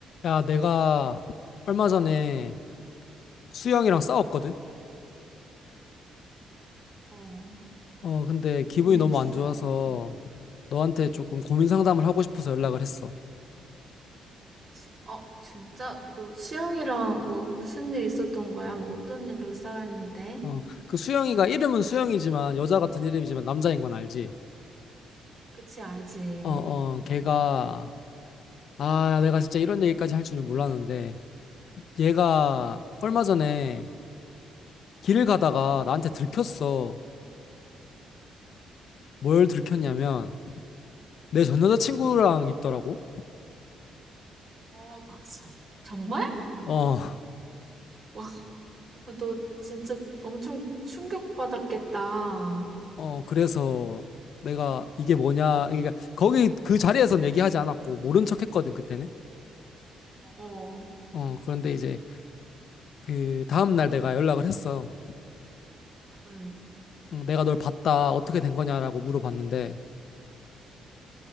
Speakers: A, on the left; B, on the right.
A: 야, 내가 얼마 전에 수영이랑 싸웠거든?
B: 어,
A: 어, 근데 기분이
B: 무슨 일
A: 너무
B: 있어?
A: 안 좋아서
B: 어,
A: 너한테 조금 고민 상담을 하고 싶어서 연락을 했어.
B: 지- 어, 진짜? 너 수영이랑 뭐 무슨 일 있었던 거야? 뭐 어떤 일로 싸웠는데?
A: 어, 그 수영이가 이름은 수영이지만 여자 같은 이름이지만 남자인 건 알지?
B: 그치, 알지?
A: 어, 어, 걔가 아, 내가 진짜 이런 얘기까지 할 줄은 몰랐는데 얘가 얼마 전에 길을 가다가 나한테 들켰어. 뭘 들켰냐면 내 전 여자친구랑 있더라고.
B: 어, 아, 진짜. 정말?
A: 어.
B: 와, 너 진짜 엄청 충격받았겠다. 어,
A: 어, 그래서 내가
B: 어,
A: 이게 뭐냐, 그러니까 거기 그 자리에선 얘기하지 않았고, 모른 척 했거든, 그때는.
B: 어,
A: 어, 그런데 이제 그 다음날 내가 연락을 했어.
B: 응,
A: 응, 내가 널 봤다, 어떻게 된 거냐라고 물어봤는데,